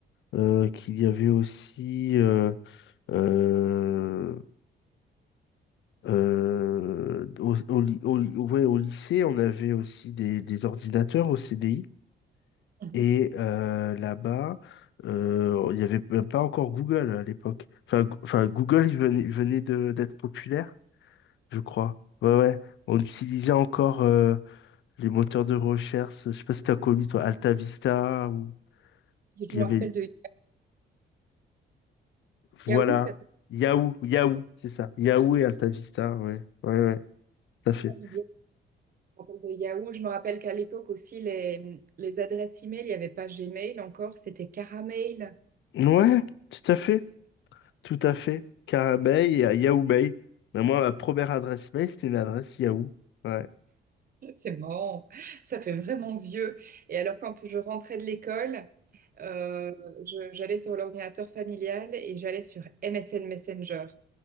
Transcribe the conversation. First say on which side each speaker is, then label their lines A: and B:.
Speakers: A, on the left; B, on the right.
A: euh, qu'il y avait aussi... euh, Euh, euh, au, au ly- au ly- ouais, au lycée, on avait aussi des, des ordinateurs au CDI.
B: Mhm.
A: Et euh, là-bas, euh, il n'y avait même pas encore Google à l'époque. Enfin, Go- enfin, Google, il venait, il venait de, d'être populaire, je crois. Ouais, ouais. On utilisait encore euh, les moteurs de recherche. Je sais pas si t'as connu, toi, AltaVista ou
B: Je
A: il
B: me
A: y avait,
B: rappelle de
A: voilà,
B: Yahoo, ça, ça,
A: Yahoo, Yahoo, c'est ça. Yahoo et AltaVista, ouais, ouais, ouais, tout à fait.
B: ça me dit. Je me rappelle de Yahoo. Je me rappelle qu'à l'époque aussi, les, les adresses email, il n'y avait pas Gmail encore, c'était Caramail.
A: Ouais, tout à fait, tout à fait. Car à Bay et à Yahoo Bay. Mais moi, ma première adresse mail, c'était une adresse Yahoo. Ouais.
B: <laughs> C'est marrant, ça fait vraiment vieux. Et alors, quand je rentrais de l'école, Euh, je- j'allais sur l'ordinateur familial et j'allais sur MSN Messenger.